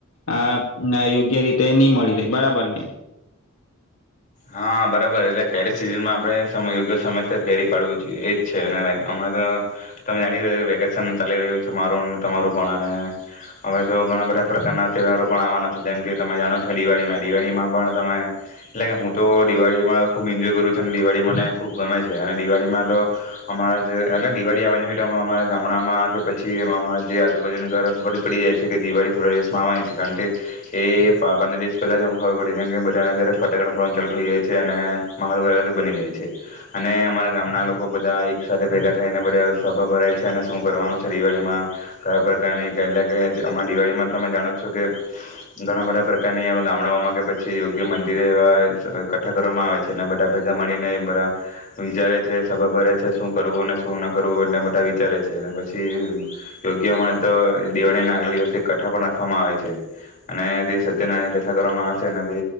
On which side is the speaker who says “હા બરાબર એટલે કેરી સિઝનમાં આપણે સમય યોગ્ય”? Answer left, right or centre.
Left